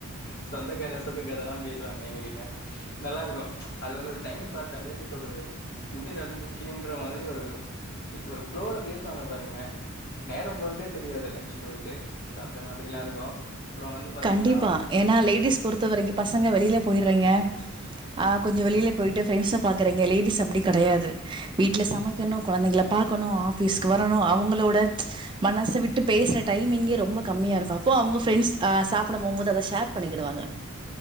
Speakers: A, on the left; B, on the right.
A: சொந்த கத சோக கதல்லா பேசுவாங்க எங்ககிட்ட நல்லா இருக்கு ம் அது வந்து ஒரு டைம் பாஸ் அப்டி எப்டி சொல்றது இது நடந்துச்சுன்ற மாரி ஒரு ஃப்லோல பேசுவாங்க பாருங்களே நேரம் போறதே தெரியாது லஞ்சு ப்ரேக் அந்த மாரில்லா இருக்கு அப்புறோ வந்து பாத்தீங்கன்னா
B: கண்டிப்பா ஏன்னா லேடிஸ் பொறுத்த வரைக்கு பசங்க வெளில போயிடுறீங்க அ கொஞ்சோ வெளில போயிட்டு ஃப்ரெண்ட்ஸ பார்குறீங்க லேடிஸ் அப்டி கெடையாது வீட்ல சமைக்கணு கெழந்தைகள பாக்கணு ஆஃபீஸ்க்கு வரனு அவங்களோட மனசு விட்டு பேசுற டைமிங்கே ரொம்ப கம்மியா இருக்கு அப்போ அவங்க ஃப்ரெண்ட்ஸ் அ சாப்பிட போகும்போது அத ஷேர் பண்ணிக்கிடுவாங்க